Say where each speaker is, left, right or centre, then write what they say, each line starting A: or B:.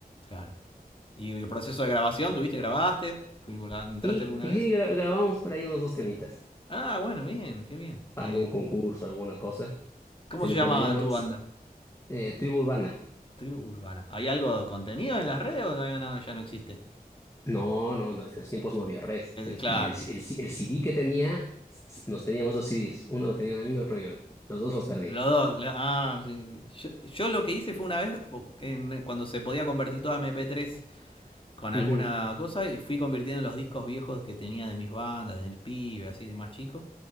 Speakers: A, on the left (about 35°); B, on the left (about 20°).
A: Claro. ¿Y el proceso de grabación? ¿Tuviste, grabaste? ¿Entraste
B: Y,
A: alguna
B: y
A: vez?
B: sí, gra- grabamos por ahí unos dos temitas,
A: Ah, bueno, bien, qué bien.
B: para
A: Te-
B: algún concurso, alguna cosa.
A: ¿Cómo
B: Se
A: se
B: me
A: llama
B: perdió, ¿no?
A: tu
B: S-
A: banda?
B: eh, Tribu Urbana.
A: Tribu Urbana. ¿Hay algo de contenido en las redes o todavía no, ya no existe?
B: No, no, no, en esos tiempos no había red. El-
A: Claro,
B: y el,
A: te-
B: el, el CD que tenía, s- s- nos teníamos dos CDs, uno lo tenía un amigo, otro yo. Los dos los perdimos.
A: los dos. lo- ah, sí, sí. Yo, yo lo que hice fue una vez, en- cuando se podía convertir toda MP3 con
B: Ujú.
A: alguna cosa, y fui convirtiendo los discos viejos que tenía de mis bandas, del pibe, así de más chico.